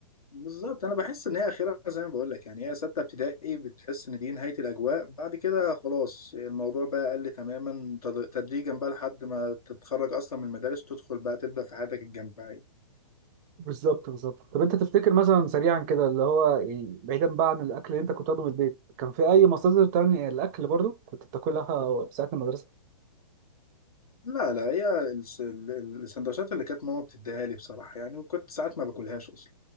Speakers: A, on the left; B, on the right.
A: بالظبط انا بحس ان هي اخرها زي ما بقول لك يعني هي سته ابتدائي بتحس ان دي نهايه الاجواء بعد كده خلاص الموضوع بقى قل تماما تد- تدريجا بقى لحد ما تتخرج اصلا من المدارس تدخل بقى تبدا في حياتك الجامعيه
B: بالظبط بالظبط طب انت تفتكر مثلا سريعا كده اللي هو يعني بعيدا بقى عن الاكل اللي انت كنت بتاخده من البيت كان في اي مصادر تانية الاكل برضو كنت بتاكلها ساعه المدرسه
A: لا لا هي الس- ال- ال- السندوتشات اللي كانت ماما بتديها لي بصراحة يعني وكنت ساعات ما باكلهاش أصلا